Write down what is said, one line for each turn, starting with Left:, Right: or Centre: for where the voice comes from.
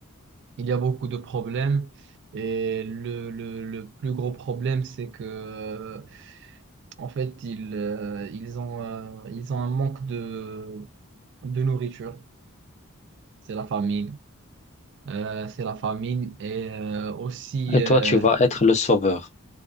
Right: Il y a beaucoup de problèmes et le, le, le plus gros problème, c'est que euh, en fait, ils, euh, ils ont, euh, ils ont un manque de, de nourriture. C'est la famine. Euh, c'est la famine et euh, aussi,
Left: Et toi,
Right: euh,
Left: tu vas être le sauveur.